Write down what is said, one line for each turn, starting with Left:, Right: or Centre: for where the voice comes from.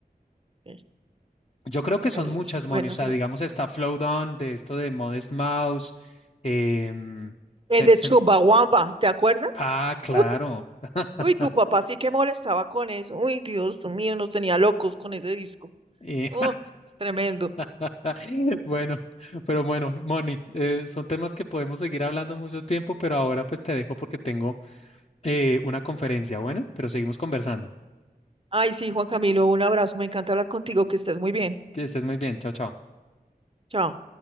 Right: eh,
Left: Yo creo que son
Right: hay
Left: muchas, Moni.
Right: Buenos
Left: O sea,
Right: grupos.
Left: digamos, está Flowdown, de esto de Modest Mouse. em,
Right: El
Left: se-
Right: de
Left: se-
Right: Chumbawamba, ¿te acuerdas?
Left: ah, claro.
Right: Uy,
Left: <laughs>
Right: uy, tu papá sí que molestaba con eso. Uy, Dios mío, nos tenía locos con ese disco.
Left: Eh,
Right: Oh, tremendo.
Left: <laughs> bueno, pero bueno, Moni, eh, son temas que podemos seguir hablando mucho tiempo, pero ahora pues te dejo porque tengo eh, una conferencia. Bueno, pero seguimos conversando.
Right: Ay, sí, Juan Camilo, un abrazo. Me encanta hablar contigo, que estés muy bien.
Left: Que estés muy bien. Chao, chao.
Right: Chao.